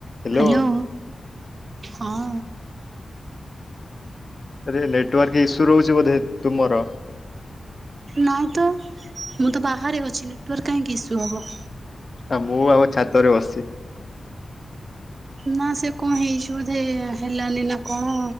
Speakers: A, on the left; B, on the right.
A: Hello
B: hello ହଁ।
A: ଆରେ network issue ରହୁଛି ବୋଧେ ତୁମର?
B: ନାଇଁ ତ ମୁଁ ତ ବାହାରେ ଅଛି ନେଟୱାର୍କ କାହିଁକି ଇସ୍ୟୁ ହବ।
A: ଆ ମୁଁ ଆମ ଛାତରେ ବସଚି।
B: ନା ସେ କଣ ହେଇଛି ବୋଧେ ହେଲାନି ନା କଣ